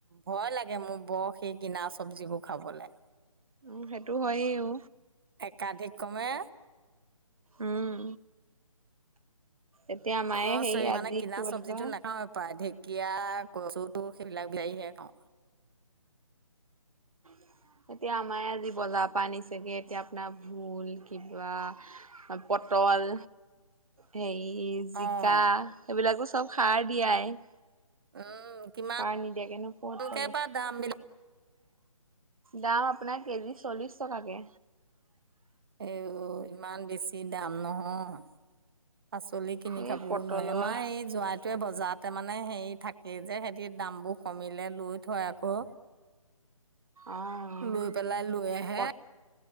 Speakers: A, on the right; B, on the right.
A: ভয় লাগে। মোৰ বৰ সেই কিনা চব্জিবোৰ খাবলৈ।
B: উম, সেইটো হয়েও।
A: একাধিক ক্ৰমে।
B: উম। এতিয়া মায়ে
A: মই
B: হেৰি
A: চ
B: আজি
A: মানে কিনা
B: কি বুলি
A: চব্জিটো
B: কয়
A: নাখাওঁৱ প্ৰায়। কীয়া কচু থু সেইবিলাক বিলাহী হে খাওঁ।
B: <inaudible> এতিয়া আমাৰে আজি বজাৰৰ পৰা আনিছেগে এতিয়া আপোনাৰ ভোল কিবা পটল কল হেৰি জিকা
A: অ
B: সেইবিলাকো চব সাৰ দিয়াই।
A: উম, কিমান
B: সাৰ নিদিয়াকেনো ক'ত
A: <unintelligible>
B: পাব।
A: বা দামবিলাক
B: দাম আপোনাৰ কেজি চল্লিশ টকাকে।
A: এ ইমান বেছি দাম নহয়। পাচলি কিনি
B: এই
A: খাবও
B: পটলৰ
A: নোৱাৰি। আমাৰ সেই জোনাহটোৱে বজাৰতে মানে হেৰি থাকে যে। দাম বোৰ কমিলে লৈ থয় আকৌ।
B: অ',
A: লৈ পেলাই লৈ আহে।
B: পট